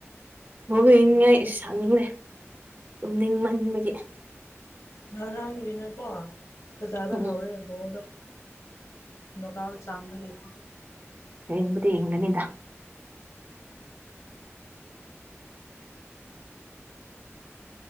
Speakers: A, on the right; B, on the left.
A: ꯕꯣꯜ ꯌꯦꯡꯅꯤꯡꯉꯥꯏ ꯁꯪꯂꯦ ꯇꯨꯝꯅꯤꯡ ꯃꯟꯕꯒꯤ
B: ꯉꯔꯥꯡꯒꯤꯅꯀꯣ ꯐꯖꯕ
A: ꯎꯝ
B: ꯍꯧꯔꯦ ꯕꯣꯜꯗꯣ ꯅꯨꯀꯥꯎ ꯆꯥꯡꯕꯒꯤ
A: ꯌꯦꯡꯕꯗꯤ ꯌꯦꯡꯒꯅꯤꯗ